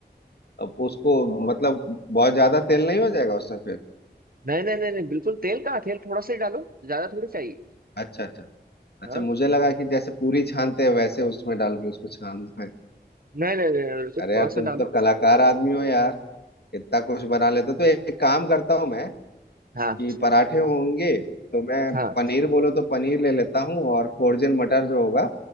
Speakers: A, on the left; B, on the right.
A: अब उसको मतलब बहुत ज्यादा तेल नहीं हो जाएगा उसमें फिर
B: नहीं नहीं नहीं नहीं बिल्कुल तेल कहाँ तेल थोड़ा सा ही डालो ज्यादा थोड़ी चाहिए
A: अच्छा अच्छा अच्छा
B: हाँ
A: मुझे लगा कि जैसे पूरी छानते हैं वैसे उसमें डाल के उसको छानना है
B: नहीं नहीं नहीं नहीं, तो थोड़ा
A: अरे यार
B: सा
A: तुम
B: डालो
A: तो कलाकार आदमी हो यार इतना कुछ बना लेते हो। तो एक काम करता हूँ मैं
B: हाँ
A: कि पराठे होंगे तो मैं
B: हाँ
A: पनीर बोलो तो पनीर ले लेता हूँ और फोर्जन मटर जो होगा